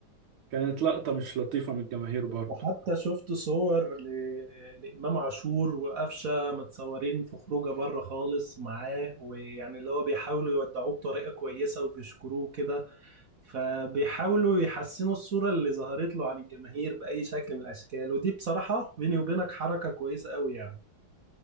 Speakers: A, on the right; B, on the right.
A: كانت لقطة مش لطيفة من الجماهير برضه
B: وحتى شفت صور ل... لإمام عاشور وقفشة متصورين في خروجه بره خالص معاه ويعني اللي هو بيحاولوا يودعوه بطريقة كويسة وبيشكروه كده فبيحاولوا يحسنوا الصورة اللي ظهرت له عن الجماهير بأي شكل من الأشكال ودي بصراحة بيني وبينك حركة كويسة قوي يعني